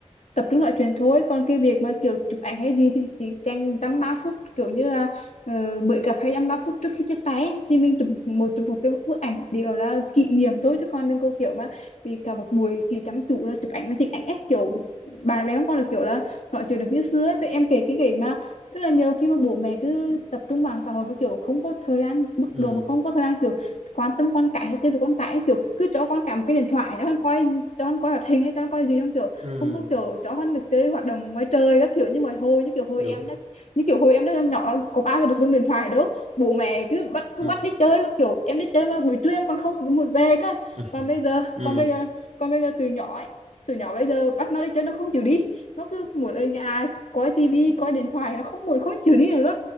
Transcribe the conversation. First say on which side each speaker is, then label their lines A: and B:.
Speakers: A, on the left; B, on the right.
A: tập trung nói chuyện thôi còn cái việc mà kiểu chụp ảnh hay gì thì chỉ dành dăm ba phút kiểu như là ờ, bữa gặp hay dăm ba phút trước khi chia tay ấy, thì mình chụp một chụp một cái bức ảnh để gọi là kỷ niệm thôi chứ còn đừng có kiểu mà thì cả một buổi chỉ chăm chú là chụp ảnh và chụp ảnh ấy kiểu bạn bè không còn là kiểu là nói chuyện được như xưa ấy. Tụi em kể cái kể mà tức là nhiều khi mà bố mẹ cứ tập trung vào xã hội mà kiểu không có thời gian mức
B: ừ
A: độ mà không có thời gian kiểu quan tâm con cái hay chơi với con cái ấy, kiểu cứ cho con cả một cái điện thoại cho con coi cho con coi hoạt hình hay cho con coi gì không kiểu
B: ừ
A: không có kiểu cho con được chơi hoạt động ngoài trời các kiểu như mà hồi như kiểu hồi
B: đúng
A: em đó như kiểu hồi em đó nhỏ có bao giờ được dùng điện thoại đâu bố mẹ cứ bắt cứ
B: ừ,
A: bắt đi chơi các kiểu em đi chơi mà buổi trưa em còn không muốn về cơ
B: ừ,
A: còn bây giờ
B: ừ,
A: còn bây giờ còn bây giờ từ nhỏ ấy, từ nhỏ bây giờ bắt nó đi chơi nó không chịu đi nó cứ muốn ở nhà coi tivi coi điện thoại nó không muốn không chịu đi nữa luôn